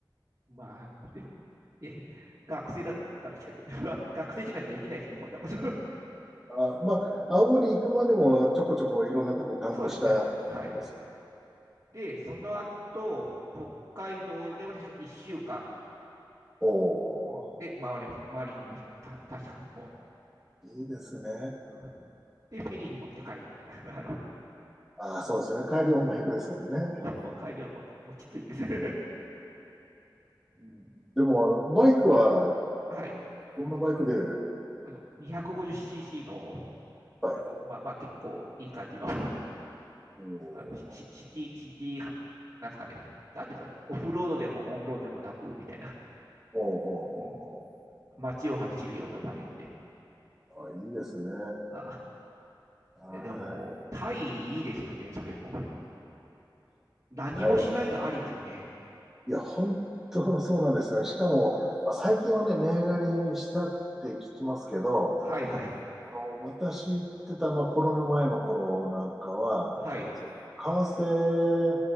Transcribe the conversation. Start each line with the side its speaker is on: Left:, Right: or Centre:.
Right: まあ、でも、え学生だったからしかで、<laughs> 学生じゃないとできないですね、こんなこと。
Centre: あ、まあ、青森行くまでもちょこちょこいろんなとこ観光したんですよ。
Right: <laughs> そうですね、はい。で、その後、北海道では確か1週間
Centre: お
Right: うかんで回りましたね、回りきりました、た確か、も
Centre: ー、いいですね。
Right: う。で、フェリーに乗って帰るみたいな、<laughs> あの
Centre: あー、そうですね。帰りもバイクですもんね。
Right: もう帰りはもうもうきついんです。<laughs> うん
Centre: でも、あの、バイクは、
Right: はい、
Centre: どんなバイクで、
Right: あの 250cc の、
Centre: はい。
Right: なんか、まあまあ結構いい感じの
Centre: おー、
Right: あの、シシティ、シティは、なんですかね、なんていうか、オフロードでもオンロードでもなく、みたいな、
Centre: おー、お
Right: うん、街を走るようなバイクで。
Centre: ー、おー、おーあ、いいですね。
Right: あ
Centre: はい。
Right: えでも、タイいいですよね、それも。何もしないとありですよね。
Centre: 台いや、本当そうなんですよね。しかも、まあ、最近はね、値上がりしたって聞きますけど、
Right: はいはい、
Centre: あの、私行ってた、まあ、コロナ前の頃なんかは、
Right: はい、
Centre: 為替